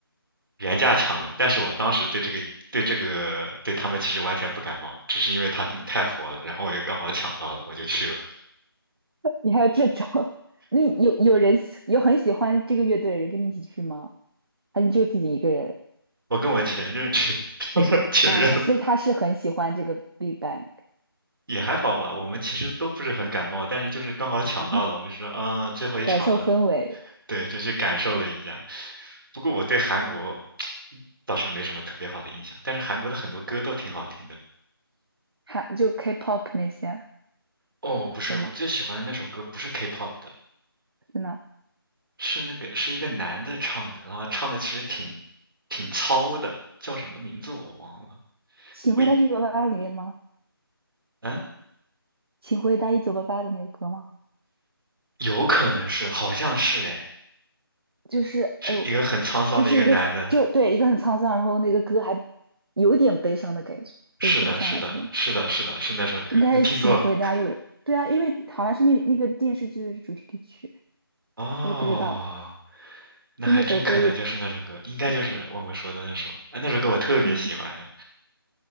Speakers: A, on the right; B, on the right.
A: 原价抢的，但是我当时对这个对这个对他们其实完全不感冒，只是因为他们太火了，然后我就刚好抢到了，我就去了。
B: 你还有这种？<laughs> 那有有人喜有很喜欢这个乐队的人跟你一起去吗？还是就自己一个人？
A: 我跟我前任去的，<laughs> 前任
B: 啊、所以他是很喜欢这个 Big Bang，
A: 也还好吧，我们其实都不是很感冒，但是就是刚好抢到了，
B: <laughs>
A: 我们就说啊，最后一场了，
B: 感受氛围，
A: 对，就去感受了一下。不过我对韩国倒是没什么特别好的印象，但是韩国的很多歌都挺好听的。
B: 还就 K-pop 那些，
A: 哦，不是，
B: 对吗？
A: 我最喜欢的那首歌不是 K-pop 的，
B: 真的，
A: 是那个是一个男的唱的，然后唱的其实挺挺糙的，叫什么名字我忘了。
B: 《请回答一九八八》里面的吗？
A: 我一嗯，
B: 《请回答一九八八》的那个歌吗？
A: 有可能是，好像是哎，
B: 就是哎呦，
A: 是一个很沧桑的一个男的。
B: 就是一个就对一个很沧桑，然后那个歌还有点悲伤的感觉，
A: 是的，
B: 我也说不上来，
A: 是的，
B: 就是
A: 是的，是的，是那首歌，
B: 应该是请回答，
A: 你听过？
B: 因为对啊，因为好像是那那个电视剧的主题曲。
A: 哦，
B: 我也不知道，
A: 那还真可能就是那首歌，
B: 就那首歌也
A: 应该就是我们说的那首。
B: 对，
A: 啊，那首歌我特别喜欢，
B: 嗯，